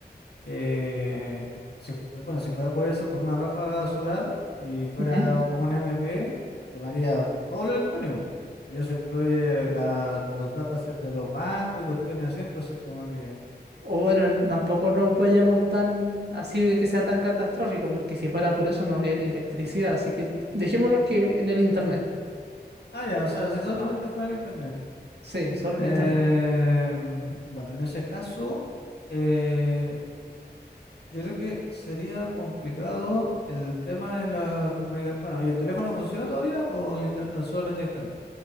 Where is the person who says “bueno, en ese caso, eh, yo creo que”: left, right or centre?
Left